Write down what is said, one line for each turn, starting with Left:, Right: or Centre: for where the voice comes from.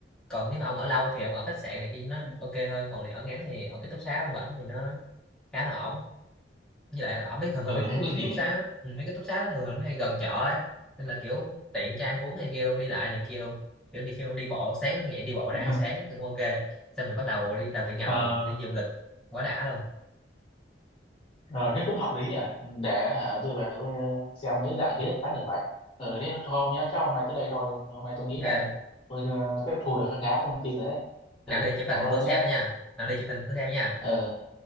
Centre: còn nếu mà ông ở lâu thì ông ở khách sạn này kia nó ok hơn còn này ở ngắn thì ở ký túc xá bên bệnh thì nó khá là ổn với lại là ở mấy thường thường
Left: Ừ
Centre: mấy ký
Left: thế cái
Centre: ký
Left: gì
Centre: túc xá
Left: ấy.
Centre: á, ừ, mấy cái túc xá á, thường thường nó hay gần chợ ấy nên là kiểu tiện cho ăn uống này kia luôn đi lại này kia luôn kiểu đi kêu đi bộ sáng dậy đi bộ ra
Left: <laughs>
Centre: ăn sáng cũng ok xong rồi bắt đầu đi tàu điện ngầm
Left: Ờ,
Centre: đi du lịch quá đã luôn
Left: rồi thế cũng hợp lý nhỉ để hả, tôi về tôi ờ, xem mấy dạng kiến thức khác thử vậy ừ, thế thôi hôm nhớ chắc hôm nay tới đây thôi hôm nay tôi nghĩ
Centre: ok
Left: là tôi ờ, tiếp thu được khá khá thông tin rồi đấy
Centre: nào
Left: ừ,
Centre: đi chụp hình
Left: cảm
Centre: cho
Left: ơn
Centre: tôi
Left: ông
Centre: xem
Left: nhé
Centre: nữa nha nào đi chụp hình tôi xem nha
Left: ừ,